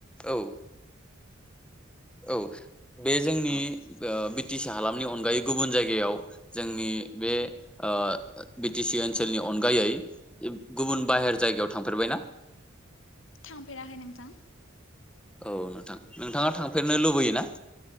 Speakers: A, in the centre; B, on the left.
A: औ औ बे जोंनि
B: औ
A: बो बि टि सि हालामनि अनगायै गुबुन जायगायाव जोंनि बे ओ बि टि सि ओनसोलनि अनगायै गुबुन बाहेर जायगायाव थांफेरबाय ना?
B: थांफेराखै नोंथां।
A: औ नोंथां नोंथाङा थांफेरनो लुबैयो ना?